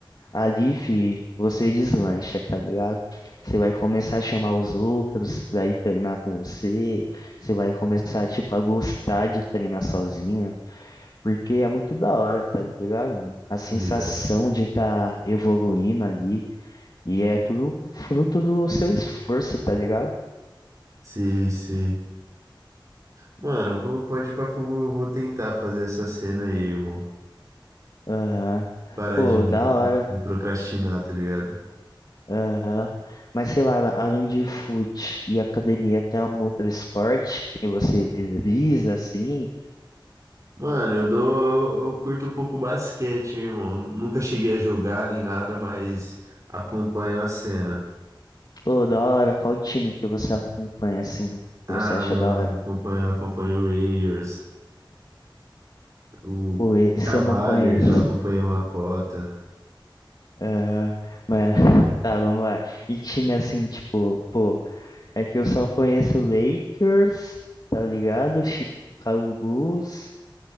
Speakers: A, on the left; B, on the right.
A: Ali, fi, você deslancha, tá ligado? Você vai começar a chamar os outros, vai treinar com você, você vai começar, tipo, a gostar de treinar sozinho, porque é muito da hora, tá ligado, mano? A sensação
B: Tô ligado.
A: de estar tá evoluindo ali, e é tudo fruto do seu esforço, tá ligado?
B: Sei, sei. Mano, eu vou, pode ir pra que eu vou, vou tentar fazer essa cena aí, irmão.
A: Aham.
B: Parar
A: Pô,
B: de,
A: da
B: de-
A: hora.
B: de procrastinar, tá ligado?
A: Aham. Mas sei lá, além de fute e academia, tem algum outro esporte que você visa, assim?
B: Mano, eu dou, eu curto um pouco basquete, hein, irmão. Nu- Nunca cheguei a jogar nem nada, mas acompanho a cena.
A: Pô, da hora, qual time que você acompanha, assim, que
B: Ah,
A: você acha
B: mano,
A: da hora?
B: acompanho, acompanho o Warriors, o
A: Pô, esse
B: Cavaliers,
A: eu não conheço.
B: eu acompanho uma cota.
A: Aham. Mas, <laughs> tá, vamos lá. E time, assim, tipo, pô, é que eu só conheço Lakers, tá ligado? Chicago Bulls,